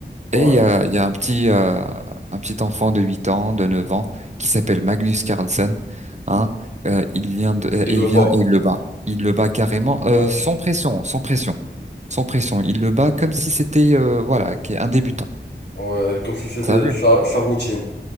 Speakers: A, on the left; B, on the right.
A: Ouais.
B: Et il y a, il y a un petit, euh, un petit enfant de 8 ans, de 9 ans, qui s'appelle Magnus Carlsen, hein, euh, il vient de,
A: Et
B: euh,
A: Qui
B: et
A: le
B: il vient
A: bat.
B: et il le bat. Il le bat carrément, euh,
A: Ouais, je-
B: sans pression, sans pression, sans pression. Il le bat comme si c'était, euh, voilà, qu'est- un débutant.
A: ouais, comme si c'était
B: T'as vu?
A: sa, sa routine.